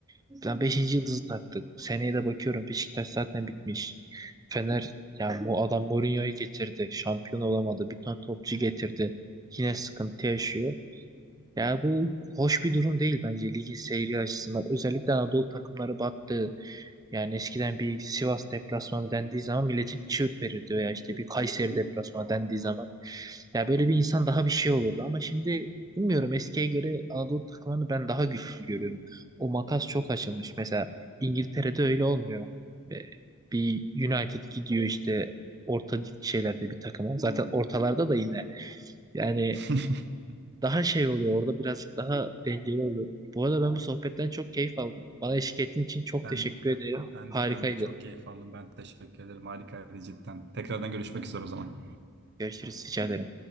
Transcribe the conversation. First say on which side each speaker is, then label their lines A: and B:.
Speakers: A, on the right; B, on the right.
A: ben 5. yıldızı taktık. Seneye de bakıyorum Beşiktaş zaten bitmiş. Fener yani bu adam Mourinho'yu getirdi. Şampiyon olamadı. Bir tane topçu getirdi. Yine sıkıntı yaşıyor. Yani bu hoş bir durum değil bence ligin seyri açısından. Özellikle Anadolu takımları battı. Yani eskiden bir Sivas deplasmanı dendiği zaman milletin içi ürperirdi veya işte bir Kayseri deplasmanı dendiği zaman ya böyle bir insan daha bir şey olurdu ama şimdi bilmiyorum eskiye göre Anadolu takımlarını ben daha güçlü görüyorum. O makas çok açılmış. Mesela İngiltere'de öyle olmuyor. Ve Bir United gidiyor işte orta şeylerde bir takıma. Zaten ortalarda da yine yani
B: <laughs>
A: daha şey oluyor orada birazcık daha dengeli oluyor. Bu arada ben bu sohbetten çok keyif aldım. Bana eşlik ettiğin için çok
B: Ben,
A: teşekkür
B: ben,
A: ederim.
B: ben
A: Harikaydı.
B: de ben de çok keyif aldım. Ben teşekkür ederim. Harikaydı cidden. Tekrardan görüşmek üzere o zaman.
A: Görüşürüz. Rica ederim.